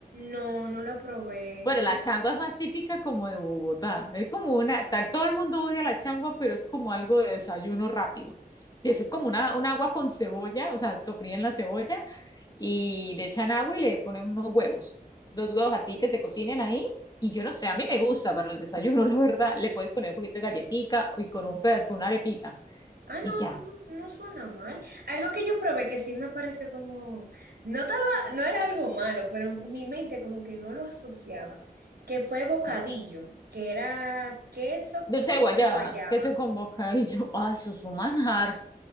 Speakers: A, on the right (about 85°); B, on the left (about 25°).
A: No, no la probé.
B: Bueno, la changua es más típica como de Bogotá. Es como una, ta- todo el mundo odia la changua, pero es como algo de desayuno rápido. Y eso es como
A: Ujú.
B: una, un agua con cebolla, o sea, sofría en la cebolla y le echan agua y le ponen unos huevos. dos huevos así que se cocinen ahí. Y yo no sé, a mí me gusta para el desayuno, <laughs> la verdad. Le puedes poner un poquito de galletica y con un pedazo, con una arepita.
A: Ah, no,
B: Y ya.
A: no, no suena mal. Algo que yo probé que sí me pareció como, no estaba, no era algo malo, pero mi mente como que no lo asociaba, que fue bocadillo,
B: ¿qué?
A: que era queso con
B: Dulce
A: dulce
B: de guayaba,
A: de guayaba.
B: queso con bocadillo. <laughs> Ay, eso es un manjar.